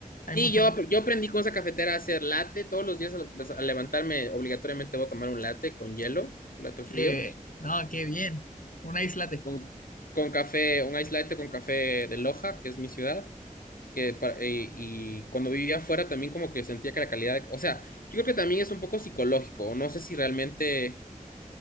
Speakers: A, on the left (about 70°); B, on the left (about 85°).
A: Hay
B: Sí,
A: mucha
B: yo,
A: más.
B: ap- yo aprendí con esa cafetera a hacer latte. Todos los días al, des- al levantarme, obligatoriamente voy a tomar un latte con hielo, un latte
A: Que,
B: frío,
A: no, qué bien, una islate.
B: con, con café, un ice latte con café de Loja, que es mi ciudad. que pa- eh, y cuando vivía afuera también como que sentía que la calidad, de- o sea, yo creo que también es un poco psicológico, o no sé si realmente